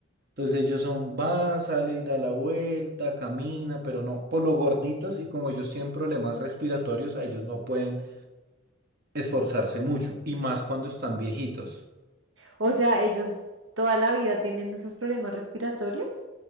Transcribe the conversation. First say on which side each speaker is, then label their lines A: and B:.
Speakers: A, on the right; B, on the right.
A: Entonces ellos son, va, sale y da la vuelta, camina, pero no, por lo gorditos y como ellos tienen problemas respiratorios, a ellos no pueden esforzarse mucho, y más cuando están viejitos.
B: O sea, ellos toda la vida tienen esos problemas respiratorios.